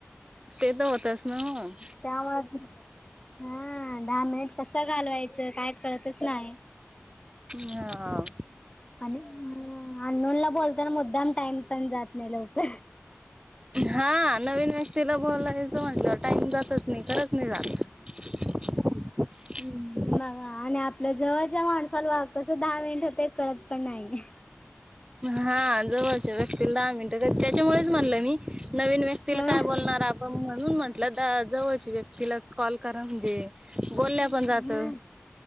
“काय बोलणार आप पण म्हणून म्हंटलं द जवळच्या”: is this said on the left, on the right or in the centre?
Right